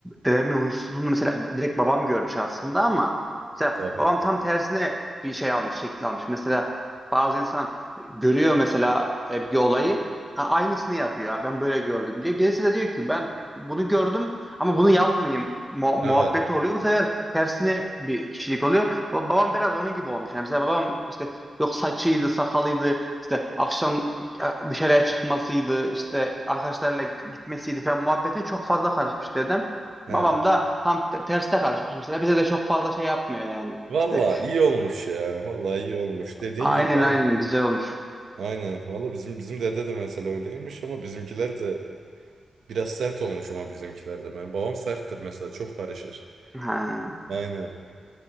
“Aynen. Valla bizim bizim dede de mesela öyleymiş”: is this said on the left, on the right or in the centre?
Right